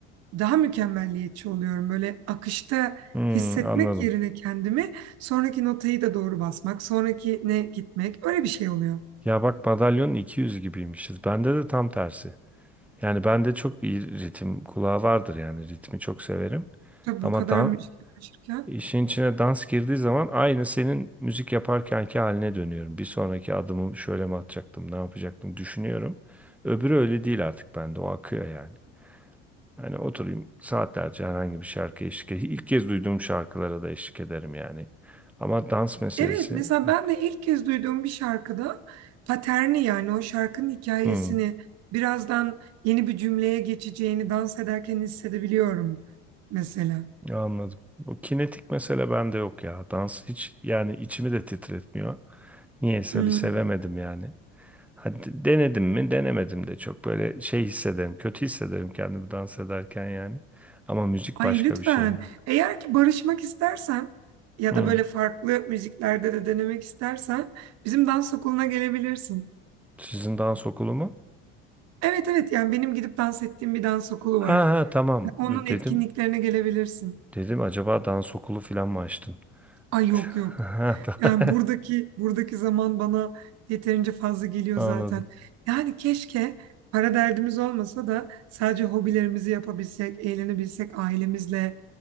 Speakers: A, on the right; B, in the centre.
A: daha mükemmelliyetçi oluyorum. Böyle akışta
B: Hmm.
A: hissetmek
B: Anladım.
A: yerine kendimi sonraki notayı da doğru basmak, sonrakine gitmek öyle bir şey oluyor.
B: Ya bak madalyonun 200 gibiymişiz. Bende de tam tersi. Yani bende çok iyi ritim kulağı vardır yani ritmi çok severim.
A: Tabii
B: Ama
A: bu kadar
B: dan
A: müzik uğraşırken
B: işin içine dans girdiği zaman aynı senin müzik yaparkenki haline dönüyorum. Bir sonraki adımı şöyle mi atacaktım, ne yapacaktım düşünüyorum. Öbürü öyle değil artık bende. O akıyor yani. Hani oturayım saatlerce herhangi bir şarkı eşlik ederim. İlk kez duyduğum şarkılara da eşlik ederim yani. Ama dans meselesi
A: Evet mesela
B: yok.
A: ben de ilk kez duyduğum bir şarkıda paterni yani o şarkının hikayesini
B: Hmm.
A: birazdan yeni bir cümleye geçeceğini dans ederken hissedebiliyorum mesela.
B: Anladım. Bu kinetik mesele bende yok ya. Dans hiç yani içimi de titretmiyor. Niyeyse
A: Hmm.
B: bir sevemedim yani. Hadi denedim mi denemedim de çok böyle şey hissederim. Kötü hissederim kendimi dans ederken yani. Ama müzik
A: Ay
B: başka
A: lütfen
B: bir şey yani.
A: eğer ki barışmak istersen ya
B: Hı.
A: da böyle farklı müziklerde de denemek istersen bizim dans okuluna gelebilirsin.
B: Sizin dans okulu mu?
A: Evet evet yani benim gidip dans ettiğim bir dans okulu
B: Ha
A: var.
B: ha tamam
A: Onun
B: dedim.
A: etkinliklerine gelebilirsin.
B: Dedim acaba dans okulu falan mı açtın? <laughs>
A: Ay yok yok.
B: Ha, tamam.
A: Yani buradaki buradaki zaman bana yeterince fazla geliyor
B: Anladım.
A: zaten. Yani keşke para derdimiz olmasa da sadece hobilerimizi yapabilsek, eğlenebilsek, ailemizle